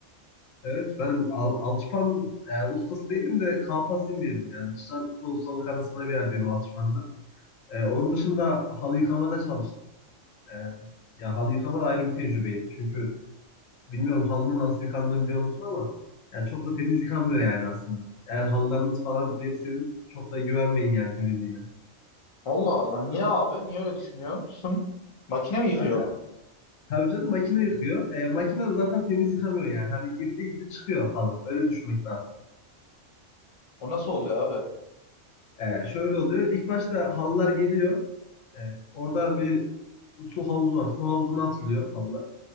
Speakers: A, on the left; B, on the left.
A: Evet ben al, alçıpan e, ustası değilim de kalfasıyım diyelim yani. Çırak ve ustalık arasında bir yerdeyim alçıpanda. E, onun dışında halı yıkamada çalıştım. E, ya halı yıkama da ayrı bir tecrübeydi. Çünkü bilmiyorum halının nasıl yıkandığını biliyor musun ama yani çok da temiz yıkanmıyor yani aslında. Eğer halılarınız falan verirseniz çok da güvenmeyin yani temizliğine.
B: Allah Allah niye abi? Niye öyle düşünüyorsun? Makine mi yıkıyor
A: Zaten
B: onu?
A: Tabii canım makine yıkıyor. E, makine de zaten temiz yıkamıyor yani. Hani girdiği gibi çıkıyor halı. Öyle düşünmek lazım.
B: O nasıl oluyor abi?
A: E, şöyle oluyor. İlk başta halılar geliyor. E, orada bir su havuzu var. Su havuzuna atılıyor halılar.